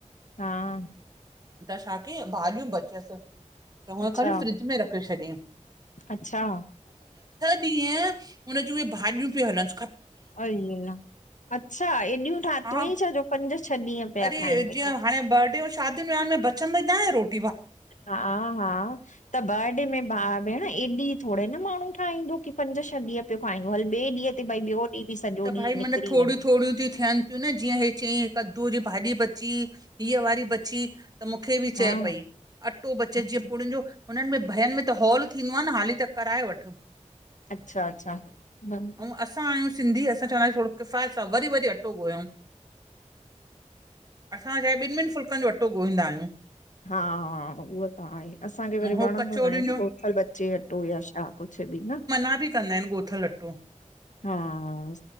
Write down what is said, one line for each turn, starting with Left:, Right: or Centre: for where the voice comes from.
Left: हां
Right: त छा कयईं, भाॼियूं बचसि, त हूअ
Left: अच्छा
Right: खणी फ्रिज में रखी छॾियईं।
Left: अच्छा,
Right: ॾींंहं, उन जूं उहे भाॼियूं पियूं हलंसि
Left: अई अल्ला, अच्छा, हेॾियूं ठातियूं
Right: हा
Left: हुयई छा, जो पंज छह ॾींहं पिया
Right: अरे
Left: खाइन वेठा।
Right: जीअं हाणे बर्डे हुयुस शादियुन, वयांहनि में बचंदि न आहे रोट
Left: हा हा, त, बर्डे में ॿार भेण एॾी थोरई न माण्हू ठाहंदो कि पंज छह ॾींहं पियो खांहिदो, हल ॿिए ॾींह ते, भई ॿियो ॾींहुं बि सॼो
Right: त
Left: ॾींहुं
Right: भई
Left: निकिरी
Right: मन, थोरियूं
Left: वञे
Right: थोरियूं तियूं थियनि ॿियूं न जीअं हे चईं, कद्दू जी भाॼी बची, हीअ वारी बची त मुखे बि
Left: हा
Right: चए पई, अटो बचे
Left: अच्छा
Right: जीअं पुड़ियनि जो हुननि में भयनि में त हॉल थींदो आ न, हाली त कराए वठु
Left: अच्छा अच्छा, हम्म।
Right: ऐं असां आहियूं सिंधी असां चवां थोडो किफ़ायत हां, वडी-वडी अटो गुर्यउँ। असां छाहे ॿिहिन् -ॿिहिन् फुल्कन् जो अटो गुरीन्दा आहियूं।
Left: हा -उहो त आहे, असांखे वरी
Right: ऐं हो
Left: वणंदो
Right: कचौड़ियुनि
Left: न आहे न
Right: जो
Left: गोथल बचे अटो या छा। कुछ बि न।
Right: सभी कंदा आहिन, गोथल। टो।
Left: हां।